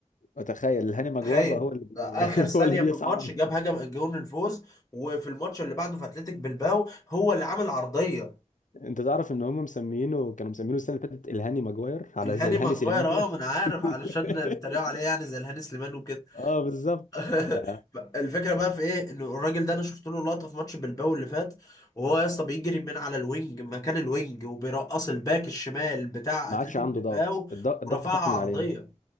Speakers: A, on the left (about 80°); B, on the left (about 25°).
A: اتخيل هاني ماجوار
B: تخيل
A: بقى هو اللي بي...
B: اخر
A: <laughs>
B: ثانيه
A: هو اللي بيصعد
B: في الماتش جاب هجم جون الفوز وفي الماتش اللي بعده في اتلتيك بلباو هو اللي عامل عرضيه
A: انت تعرف ان هم مسمينه كانوا مسمينه السنه اللي فاتت الهاني ماجوار على
B: الهاني
A: زي الهاني
B: ماجواير
A: سليمان كده
B: اه ما انا عارف
A: <laughs>
B: علشان بيتريقوا عليه يعني زي الهاني سليمان وكده
A: اه بالظبط
B: <laughs>
A: فما
B: الفكره بقى في ايه انه الراجل ده انا شفت له لقطه في ماتش بالباو اللي فات وهو يا اسطى بيجري من على الوينج مكان الوينج وبيرقص الباك الشمال بتاع اتلتيك
A: عادش عنده
B: بالباو
A: ضغط الض- الضغط
B: ورفعها
A: خف من
B: عرضيه
A: عليه